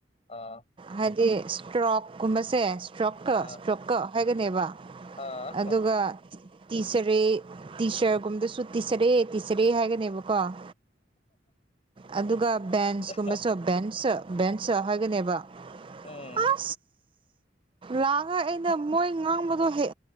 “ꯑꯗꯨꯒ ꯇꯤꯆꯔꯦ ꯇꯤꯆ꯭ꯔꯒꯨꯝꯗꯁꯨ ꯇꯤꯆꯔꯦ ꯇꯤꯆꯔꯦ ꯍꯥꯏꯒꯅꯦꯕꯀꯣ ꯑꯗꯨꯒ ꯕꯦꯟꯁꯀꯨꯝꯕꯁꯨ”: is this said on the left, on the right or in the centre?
Right